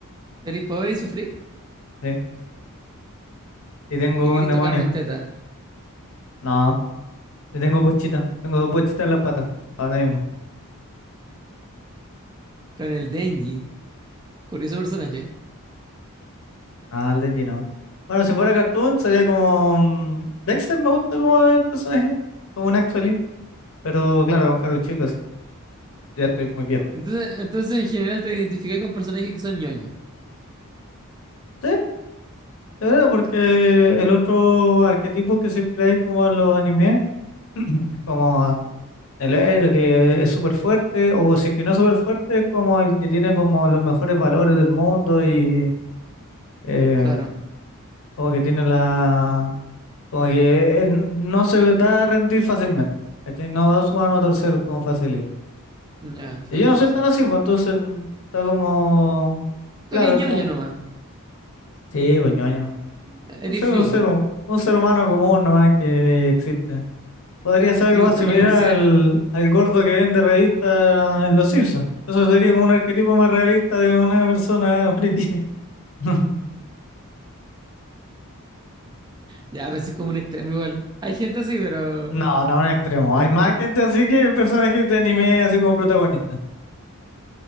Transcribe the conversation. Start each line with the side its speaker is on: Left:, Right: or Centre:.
Right: ¿Eres pobre y sufrí?
Left: sí. Y tengo
Right: Y querés
Left: un demonio.
Right: tocar unas tetas.
Left: No, yo tengo pochita. Tengo dos pochitas en las patas ahora mismo.
Right: Con el Denji. Curioso personaje.
Left: Ah, el Denji no. Bueno, si fuera cartoon sería como mm, Dexter, me gusta como el personaje, como un actually. Pero claro, con caros chicos, ya estoy muy viejo.
Right: Entonces, entonces en general te identificáis con personajes que son ñoños.
Left: Sí, ¿De verdad? porque el otro arquetipo que siempre hay como en los animes. <clears throat> Es como El héroe que es súper fuerte, o si es que no es súper fuerte, es como el que tiene como los mejores valores del mundo y eh,
Right: Claro.
Left: como que tiene la... como que eh, no se da a rendir fácilmente, ¿cachai? No da su mano a torcer con facilidad.
Right: Ya, sí,
Left: Y yo no
Right: sí,
Left: soy
Right: sí.
Left: tan así, pues entonces mm, está como...
Right: Tú
Left: Claro,
Right: eres ñoño
Left: es como...
Right: nomás.
Left: Sí, pues ñoño.
Right: Eres
Left: Un ser,
Right: friki.
Left: un ser, un ser humano común nomás que existe. Podría ser algo
Right: Que le
Left: más
Right: gustan
Left: similar
Right: los marcianos.
Left: al, al gordo que vende revistas en Los Simpsons. Eso sería como un arquetipo más realista de una persona friki. <laughs>
Right: Ya, a veces es como un extremo igual. Hay gente así, pero.
Left: No, no, un extremo. Hay más gente así que personajes de anime así como protagonistas.